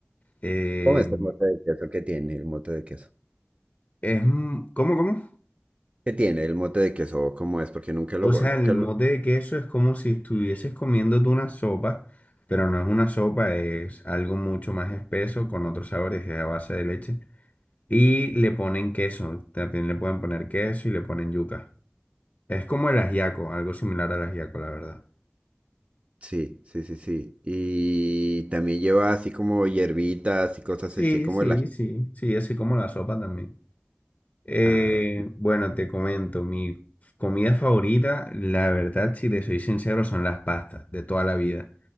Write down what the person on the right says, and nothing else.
¿Cómo es el mote de queso? ¿Qué tiene el mote de queso?
¿Qué tiene el mote de queso? ¿Cómo es? Porque nunca lo...
Nunca
lo-
Sí, sí, sí, sí. Y también lleva así como hierbitas y cosas
así como
el ají.
Ah,